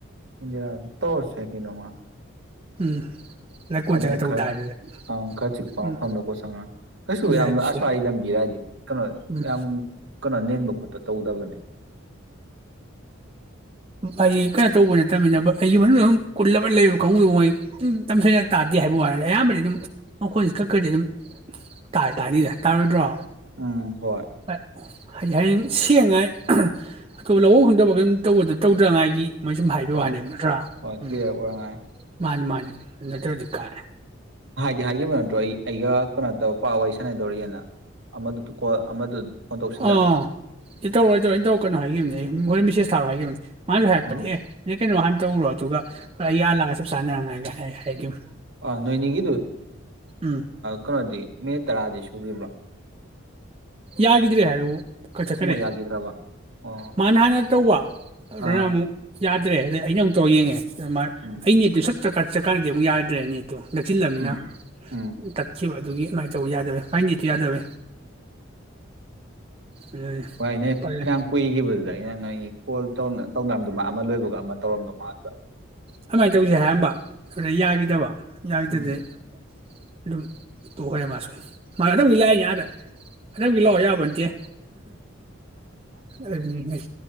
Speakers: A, on the right (about 60°); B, on the right (about 25°).
A: ꯖꯔ ꯇꯧꯔꯁꯨ ꯌꯥꯏ ꯀꯩꯅꯣ ꯑꯃ ꯫
B: ꯎꯝ꯫ ꯂꯩꯀꯣꯟ
A: ꯑꯗꯨ
B: ꯆꯪꯉ ꯇꯧ
A: ꯈꯔ
B: ꯇꯥꯔꯦ ꯑꯗꯨꯗꯤ
A: ꯑꯪ ꯈꯔ ꯆꯤꯛꯄ
B: ꯎꯝ
A: ꯃꯐꯝꯗꯣ ꯀꯣ ꯆꯪꯉ ꯀꯩꯁꯨ ꯌꯥꯝ
B: ꯌꯥꯏ
A: ꯑꯁꯨꯋꯥꯏꯒꯤ
B: ꯁꯦ
A: ꯂꯝꯕꯤꯔꯥꯏꯗꯤ ꯀꯩꯅꯣ
B: ꯎꯝ
A: ꯌꯥꯝ ꯀꯩꯅꯣ ꯅꯦꯟꯕ ꯈꯣꯠꯄ ꯇꯧꯗꯕꯅꯦ꯫
B: ꯑꯩ ꯀꯩꯅꯣ ꯇꯧꯕ ꯅꯠꯇꯕꯅꯤꯅ ꯑꯩꯒꯤ ꯃꯅꯨꯡꯗ ꯁꯨꯝ ꯀꯨꯜꯂꯕ ꯂꯩꯕ ꯀꯪꯒꯨꯗꯨ ꯃꯣꯏ꯫ ꯇꯝꯊꯣꯏꯅ ꯇꯥꯗꯦ ꯍꯥꯏꯕ ꯋꯥꯅꯤ ꯑꯌꯥꯝꯕꯗꯤ ꯑꯗꯨꯝ ꯃꯈꯣꯟꯁꯤ ꯈꯔ ꯈꯔꯗꯤ ꯑꯗꯨꯝ ꯇꯥꯗꯤ - ꯇꯥꯅꯤꯗ ꯇꯥꯔꯣꯏꯗ꯭ꯔꯣ꯫
A: ꯎꯝ ꯍꯣꯏ꯫
B: ꯍ ꯍꯥꯏꯗꯤ ꯁꯦꯡꯉꯥꯏ ꯑꯇꯣꯞꯄ ꯂꯧꯕꯝ ꯈꯣꯗꯕ ꯀꯩꯒꯨꯝ ꯇꯧꯕꯗ ꯇꯧꯗꯅꯉꯥꯏꯒꯤ꯫ ꯃꯣꯏ ꯁꯨꯝ ꯍꯥꯏꯕ
A: ꯍꯣꯏ
B: ꯋꯥꯅꯦ
A: ꯍꯣꯏ
B: ꯅꯠꯇ꯭ꯔꯥ
A: ꯍꯣꯏ
B: ꯎꯝ
A: ꯀ꯭ꯂꯤꯌꯥꯔ ꯑꯣꯏꯔꯉꯥꯏ
B: ꯃꯥꯅꯤ ꯃꯥꯅꯤ꯫ <inaudible> ꯅꯠꯠꯔꯗꯤ ꯀꯥꯏ꯫
A: ꯍꯥꯏꯒꯤꯕꯣ꯫ ꯑꯩ ꯑꯩꯒ ꯀꯅꯣ ꯇꯧ꯫ ꯄꯄꯥ ꯋꯥꯔꯤ ꯁꯥꯟꯅꯗꯣꯔꯤꯑꯅ ꯑꯃꯗꯨꯗꯨ ꯀꯣꯜ ꯑꯃꯗꯨ꯫ ꯐꯣꯟ ꯇꯧꯁꯤꯜꯂꯛꯑꯗꯤ
B: ꯑꯡ ꯇꯧꯔꯛꯑꯣꯏ - ꯑꯩꯇꯧꯔꯑꯣꯏ ꯑꯩꯅ ꯇꯧꯔꯛꯀꯅꯣ ꯍꯥꯏꯒꯤꯝꯅꯤ ꯍꯣꯔꯦꯟ ꯃꯤꯁꯦꯁ꯫ ꯊꯥꯔꯣꯛ ꯍꯥꯏꯒꯤꯝꯅꯤ꯫ ꯃꯥꯟꯁꯨ ꯍꯥꯏꯔꯛꯄꯅꯤꯍꯦ꯫
A: ꯑꯥ
B: ꯀꯩꯅꯣ ꯍꯥꯟꯅ ꯇꯧꯔꯨꯔꯣ ꯑꯗꯨꯒ ꯑꯩꯑ ꯂꯛꯑ ꯆꯞ ꯆꯥꯟꯅꯉꯥꯏꯒ ꯍꯥꯏ ꯍꯥꯏꯒꯤꯝ꯫
A: ꯑ ꯅꯣꯏꯅꯤꯒꯤꯗꯨ
B: ꯎꯝ
A: ꯀꯩꯅꯣꯗꯤ ꯃꯤꯅꯤꯠ ꯇꯔꯥꯗꯤ ꯁꯨꯒꯤꯕ꯭ꯔꯣ꯫
B: ꯌꯥꯒꯤꯗ꯭ꯔꯦ ꯍꯥꯏꯔꯕꯨ꯫ ꯀꯛꯊꯈꯔꯦ
A: ꯑꯃꯨꯛ ꯌꯥꯈꯤꯗ꯭ꯔꯕ ꯑꯣ
B: ꯃꯥꯅꯍꯅ꯫ ꯇꯧꯕ꯫ ꯑꯗꯨꯅꯥ
A: ꯑꯥ
B: ꯑꯃꯨꯛ꯫ ꯌꯥꯗ꯭ꯔꯦ ꯑꯗꯩꯩ ꯑꯩꯅ ꯑꯃꯨꯛ ꯇꯧꯔꯌꯦꯡꯉꯦ꯫ <inaudible>
A: ꯎꯝ
B: ꯑꯩ ꯅꯦꯠꯇꯨ ꯁꯠ ꯫ ꯆꯠꯀꯟꯗꯗꯤ ꯑꯃꯨꯛ ꯌꯥꯗ꯭ꯔꯦꯅꯦ꯫ ꯅꯛꯆꯤꯜꯂꯃꯤꯅ
A: ꯎꯝ ꯎꯝ
B: ꯇꯠꯈꯤꯕ ꯑꯗꯨꯒꯤ꯫ ꯁꯨꯗꯨꯃꯥꯏ ꯇꯧꯕ ꯌꯥꯗꯕꯩ ꯃꯥꯏ ꯅꯦꯠꯁꯤ ꯌꯥꯗꯕꯩ꯫ ꯑꯗꯨꯅꯤ
A: ꯍꯣꯏꯅꯩ
B: ꯎꯄꯥꯏ
A: ꯐꯅꯌꯥꯝ
B: ꯂꯩ
A: ꯀꯨꯏꯒꯤꯕꯗꯨꯗ꯫ ꯀꯩꯅꯣ ꯅꯣꯏꯒꯤ꯫ ꯀꯣꯜ ꯇꯧꯅ ꯇꯧꯅꯔꯃꯗꯣꯃꯜꯂꯤ ꯫ ꯑꯃ ꯂꯣꯏꯕꯒ ꯑꯃ ꯇꯧꯔꯝꯗꯣ ꯃꯟꯕ꯫
B: ꯑꯗꯨꯃꯥꯏꯅ ꯇꯧꯁꯤ ꯍꯥꯏꯔꯝꯕ꯫ ꯑꯗꯨꯒ ꯌꯥꯒꯤꯗꯕ ꯌꯥꯏꯗꯗꯩꯩ꯫
A: ꯎꯝ
B: ꯗꯨꯝ ꯇꯣꯛꯈ꯭ꯔꯦ ꯃꯥꯁꯨ ꯃꯥꯁꯨ ꯑꯗꯨꯝꯗꯤ ꯂꯥꯛꯏꯅꯤ ꯑꯥꯗ ꯑꯇꯃꯛꯀꯤ ꯂꯥꯛꯑꯣ ꯌꯄꫭꯟꯇ‌ꯦ꯫ ꯑꯗꯨꯅꯤ